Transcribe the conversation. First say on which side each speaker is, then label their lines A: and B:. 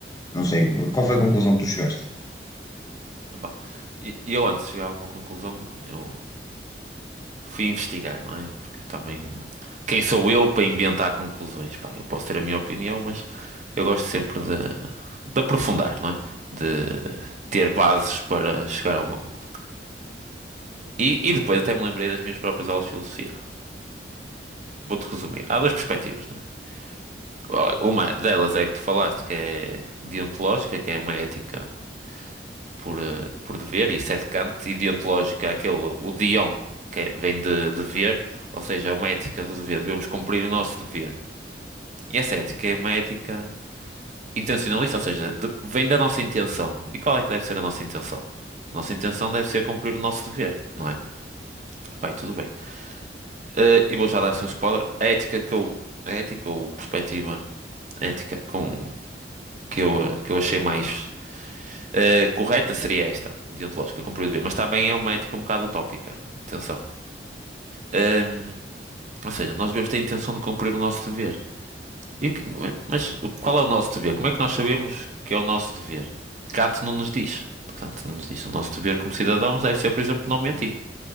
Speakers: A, on the left; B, on the right.
A: Não sei, qual foi a conclusão que tu chegaste?
B: Opa, E e eu, antes de chegar a alguma conclusão, eu fui investigar, não é? Porque também, quem sou eu para inventar conclusões? Pá, eu posso ter a minha opinião, mas eu gosto sempre de, de aprofundar, não é? De ter bases para chegar a alguma conclusão. E, e depois até me lembrei das minhas próprias aulas de filosofia. Vou-te resumir. Há duas perspectivas, não é? Olha, Uma delas é a que tu falaste, que é deontológica, que é uma ética por, eh, por dever, e isso é de Kant, e deontológica é aquele, o dion, que é- vem de dever, ou seja, é uma ética do dever, devemos cumprir o nosso dever. E essa ética é uma ética intencionalista, ou seja, de- vem da nossa intenção. E qual é que deve ser a nossa intenção? A nossa intenção deve ser cumprir o nosso dever, não é? Pai, tudo bem. Eh, e vou já dar assim um spoiler. A ética que eu. A ética ou perspectiva ética com, que eu, eh, que eu achei mais eh, correta seria esta, deontológica, como proibido beber. Mas também é uma ética um bocado utópica. Atenção. Ehm, ou seja, nós devemos ter a intenção de cumprir o nosso dever. E o que- mas o- qual é o nosso dever? Como é que nós sabemos que é o nosso dever? Kant não nos diz. Kant não nos diz. O nosso dever como cidadãos deve ser, por exemplo, não mentir.